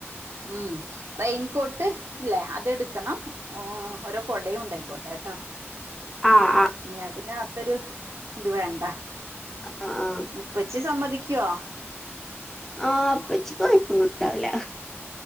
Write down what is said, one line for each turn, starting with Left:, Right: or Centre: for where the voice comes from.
Right: ഉം റെയിൻകോട്ട് ഇല്ലേ അതെടുക്കണം ഓരോ കൊടയും ഉണ്ടായിക്കോട്ടെ കേട്ടോ
Centre: ആ ആ
Right: ഇനി അതിനകത്തൊരു ഇത് വേണ്ട
Centre: ആ ആ
Right: ഉപ്പച്ചി സമ്മതിക്കുവോ
Centre: ആഹ് ഉപ്പച്ചിക്ക് കൊയപ്പൊന്നുംണ്ടാവില്ല